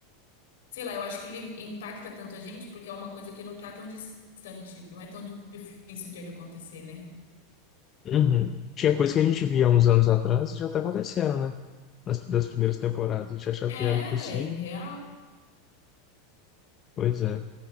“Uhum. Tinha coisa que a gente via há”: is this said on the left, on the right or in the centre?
Left